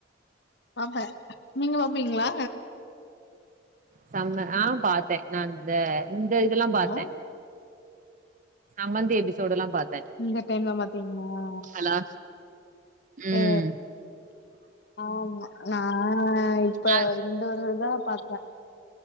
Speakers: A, on the left (about 60°); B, on the right (about 40°).
A: பாப்பே நீங்க பாப்பீங்ளா
B: செம்ம ஆ பாத்தே நா இந்த இந்த இதெல்லா
A: ஹலோ!
B: பாத்தே சம்மந்தி எபிசோடுலா பாத்தே
A: இந்த டைம்ல பாத்தீங்ளா
B: ஹலோ ம்
A: ஏ ஆமா நா இப்ப
B: அ
A: ரெண்டு இதுதா பாத்தே